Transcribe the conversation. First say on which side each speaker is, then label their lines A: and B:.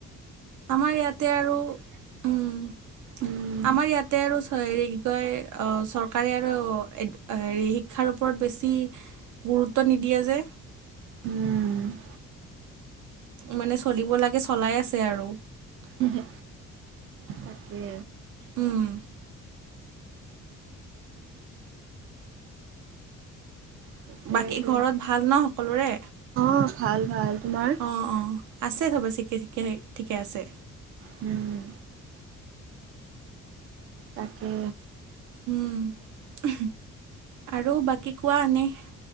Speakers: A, on the right (about 75°); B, on the right (about 45°).
A: আমাৰ ইয়াতে আৰু উম
B: উম
A: আমাৰ ইয়াতে আৰু হেৰি কি কয় চৰকাৰে আৰু হেৰি শিক্ষাৰ ওপৰত বেছি। গুৰুত্ব নিদিয়ে যে।
B: উম
A: মানে চলিব লাগে চলাই আছে আৰু
B: হে হে, তাকে।
A: উম
B: সেইটোৱেটো
A: বাকী ঘৰত ভাল ন সকলোৰে।
B: অ ভাল ভাল তোমাৰ।
A: অঁ অঁ আছে চব ঠিকে ঠিকে ঠিকে আছে।
B: উম তাকে,
A: উম আৰু বাকী কোৱা এনেই,